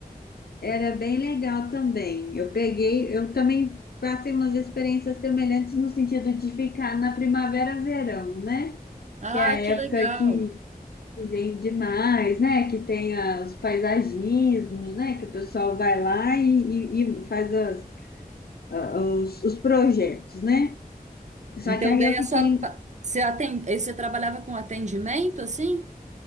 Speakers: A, on the left; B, on the right.
A: Era bem legal também. Eu peguei, eu também passei umas experiências semelhantes no sentido de ficar na primavera, verão, né?
B: Ah,
A: Que é a época
B: que legal.
A: que, que vem demais, né? Que tem as- os paisagismos, né? Que o pessoal vai lá e, e- e faz as- a- os, os projetos, né? Só
B: Então
A: que aí
B: daí
A: eu fiquei
B: a sua pa- você atend... aí você trabalhava com atendimento assim?